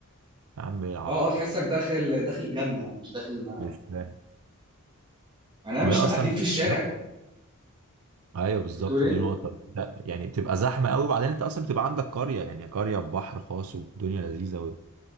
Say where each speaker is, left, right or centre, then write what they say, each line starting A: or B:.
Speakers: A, on the right; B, on the right.
A: يا عم ايه العبط
B: اه اه تحسك
A: ده
B: داخل داخل الجنه يعني مش داخل
A: مش فاهم
B: يعني مش
A: وهي
B: قاعدين
A: اصلا بت-
B: في الشارع
A: ايوه بالظبط
B: بتقول ايه
A: دي نقطه لا يعني بتبقى زحمه قوي وبعدين انت اصلا بتبقى عندك قريه يعني قريه ببحر خاص والدنيا لذيذه قوي